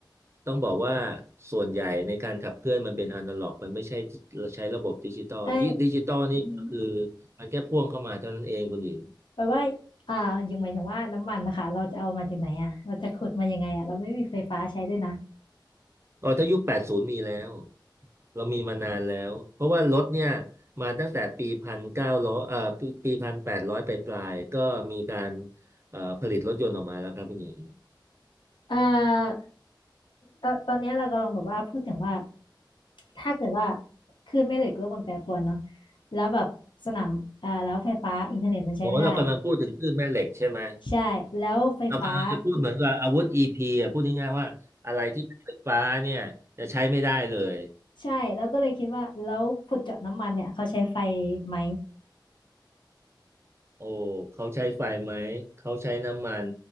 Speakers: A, on the right; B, on the left.
A: ต้องบอกว่าส่วนใหญ่ในการขับเคลื่อนมันเป็นอนาล็อกมันไม่ใช่ใช้ระบบดิจิตอลดิดิจิตอลนี่ก็คือ
B: เอ้ยอืม
A: มันแค่พ่วงเข้ามาเท่านั้นเองคุณหญิง
B: แปลว่าอ่ายังหมายถึงว่าน้ำมันนะคะเราจะเอามาจากไหนอ่ะเราจะขุดมายังไงอ่ะเราไม่มีไฟฟ้าใช้ด้วยนะ
A: อ๋อถ้ายุคแปดศูนย์มีแล้วเรามีมานานแล้วเพราะว่ารถเนี่ยมาตั้งแต่ปีพันเก้าร้อยเอ่อปีปีพันแปดร้อยไปปลายๆก็มีการเอ่อผลิตรถยนต์ออกมาแล้วครับคุณหญิง
B: เอ่อตอนตอนเนี้ยเรากำลังแบบว่าพูดถึงว่าถ้าเกิดว่าคลื่นแม่เหล็กโลกมันแปรปรวนเนาะแล้วแบบสนามอ่าแล้วไฟฟ้าอินเทอร์เน็ตมันใช้ไม่ได้
A: โอ้เรากำลังพูดถึงคลื่นแม่เหล็กใช่ไหม
B: ใช่แล้วไฟฟ้าอิ
A: เรากำลังจะพูดเหมือนกับอาวุธ EP อ่ะพูดง่ายๆว่าอะไรที่เป็นไฟฟ้าเนี่ยจะใช้ไม่ได้เลย
B: ใช่แล้วก็เลยคิดว่าแล้วขุดเจาะน้ำมันเนี่ยเขาใช้ไฟไหม
A: โอ้เขาใช้ไฟไหมเขาใช้น้ำมัน